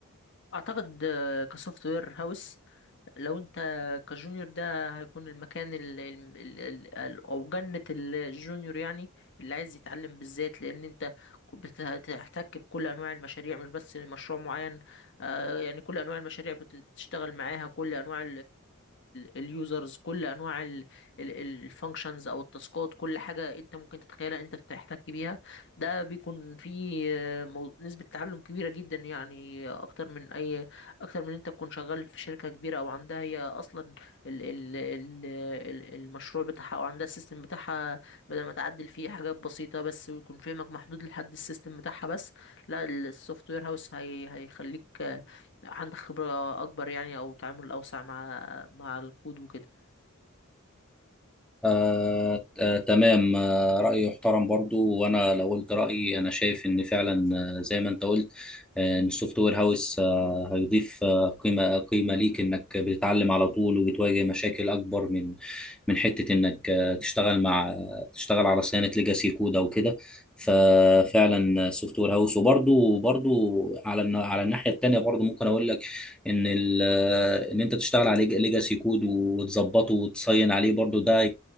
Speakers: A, on the left; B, in the centre.
A: اعتقد كسوفت وير هاوس لو انت كجونيور ده هيكون المكان ال ال ال ال ال او جنة الجونيور يعني اللي عايز يتعلم بالذات لان انت بت- هتحتك بكل انواع المشاريع مش بس مشروع معين آه، يعني كل انواع المشاريع بتشتغل معاها كل انواع اليوزرز كل انواع الفانكشنز او التاسكات كل حاجة انت ممكن تتخيلها انت بتحتك بيها ده بيكون فيه آه، مو- نسبة تعلم كبيرة جدا يعني آه، اكتر من اي اكتر من إن انت تكون شغال في شركه كبيره او عندها هي اصلا ال ال ال ال المشروع بتاعها او عندها السيستم بتاعها بدل ما تعدل فيه حاجات بسيطه بس ويكون فهمك محدود لحد السيستم بتاعها بس لا السوفت وير هاوس هي هيخليك آه، عندك خبره اكبر يعني او تعامل اوسع مع مع الكود وكده
B: آه آه تمام آه رأيي يحترم برضو وأنا لو قلت رأيي أنا شايف إن فعلا آه زي ما أنت قلت آه إن السوفت وير هاوس آه هيضيف آه قيمة آه، قيمة ليك إنك بتتعلم على طول وبتواجه مشاكل أكبر من من حتة إنك آه تشتغل مع آه تشتغل على صيانة ليجاسي كود أو كده ففعلا السوفت وير هاوس وبرضو برضو على الن- على الناحية التانية برضو ممكن أقول لك إن ال- آه، إن أنت تشتغل على ليجاسي كود وتظبطه وتصين عليه برضو ده